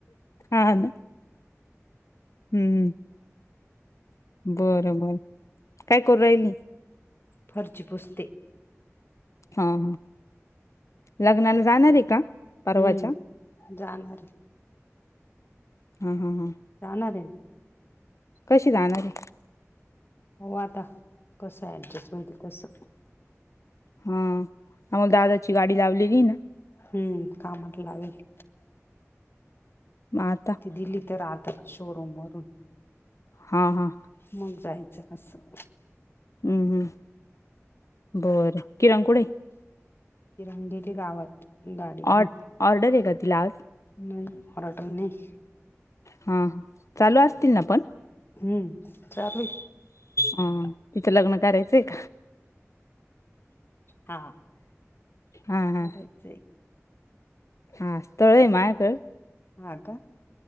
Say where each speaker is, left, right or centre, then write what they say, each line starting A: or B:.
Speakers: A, on the left; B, on the left.
A: हा ना हम्म बरं बर काय करू राहिल
B: फर्ची पुस्ते
A: हा ह लग्नाला जाणार आहे का परवाच्या
B: हम्म जानवर
A: हा हा हा
B: जाणार आहे ना
A: कशी जाणार ती
B: हो आता कसं ऍडजस्ट होईल तस
A: हा आम्हाला दादाची गाडी लावलेली ना
B: हम्म का म्हटलंवेरे
A: मग आता
B: ती दिली तर आता शोरूमवररून
A: हां हां
B: मग जाहायचं कसं
A: हम् हम् बरं किरांकोळे
B: ति रंगलेली गावात गाडी
A: ऑ
B: ख
A: ऑर्डर आहे का तिला आज
B: नाही हर्टल नाही
A: हा चालू असतील ना पण
B: हम्म चाारली
A: ह तिचं लग्न करायचंय का
B: हा
A: हा हा
B: करायच
A: हा स्तोळे मायकळ
B: हा का